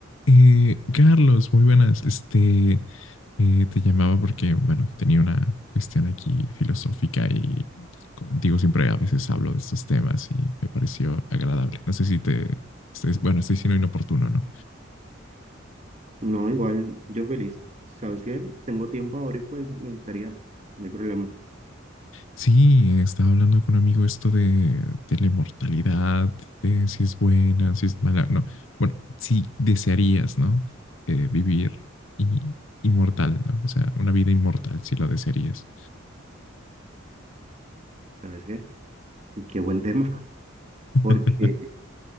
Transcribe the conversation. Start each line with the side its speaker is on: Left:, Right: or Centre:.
Left: Eh, Carlos, muy buenas. Este, eh, te llamaba porque, bueno, tenía una cuestión aquí filosófica y contigo siempre a veces hablo de estos temas y me pareció agradable. No sé si te, es- bueno, estoy siendo inoportuno, ¿no?
Right: No, igual, yo feliz. ¿Sabes qué? Tengo tiempo ahora y pues me gustaría, no hay problema.
Left: Sí, estaba hablando con un amigo esto de, de la inmortalidad, de si es buena, si es mala, no. Bueno, si desearías, ¿no? Eh, vivir y, inmortal, ¿no? O sea, una vida inmortal, si lo desearías.
Right: ¿Sabes qué? Qué buen tema, <laughs>
Left: <laughs>
Right: porque